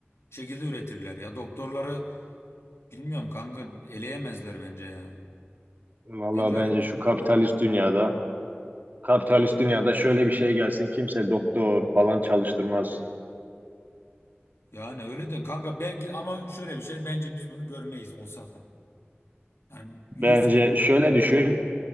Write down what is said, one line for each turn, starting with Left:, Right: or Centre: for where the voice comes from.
Left: şekilde üretirler ya. Doktorları bilmiyorum kanka eleyemezler bence ya.
Right: Vallahi
Left: Bence
Right: bence
Left: öğretmenlik
Right: şu kapitalist
Left: de öyle.
Right: dünyada kapitalist dünyada şöyle bir şey gelsin kimse doktor falan çalıştırmaz.
Left: Yani öyle de kanka belki ama şöyle bir şey bence biz bunu görmeyiz olsa da. Yani yüz
Right: Bence şöyle düşün,